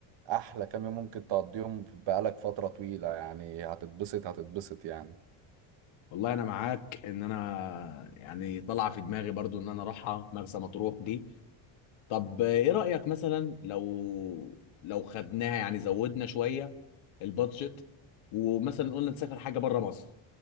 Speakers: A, on the right (about 60°); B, on the left (about 70°).
A: أحلى كام يوم ممكن تقضيهم بقالك فترة طويلة يعني هتتبسط هتتبسط يعني
B: والله انا معاك ان انا يعني طلع في دماغي برضو ان انا اروحها مرسى مطروح دي طب ايه رأيك مثلا لو لو خدناها يعني زودنا شوية البادجت ومثلا قلنا نسافر حاجة بره مصر